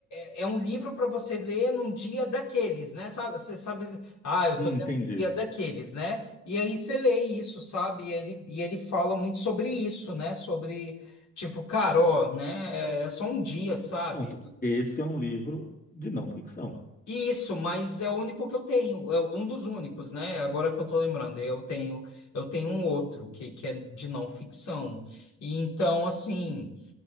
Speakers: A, on the left; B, on the left.
A: é- é é um livro para você ler num dia daqueles, né? Sabe, você sabe, ah, eu
B: Hum,
A: tô tendo
B: entendi.
A: um dia daqueles, né? E aí você lê isso, sabe? E ele, e ele fala muito sobre isso, né? Sobre, tipo, cara, ó, né? É, é só um dia, sabe?
B: Pronto, esse é um livro de não ficção.
A: Isso, mas é o único que eu tenho, é um dos únicos, né? Agora que eu tô lembrando, eu tenho, eu tenho um outro que, que é de não ficção. E então, assim,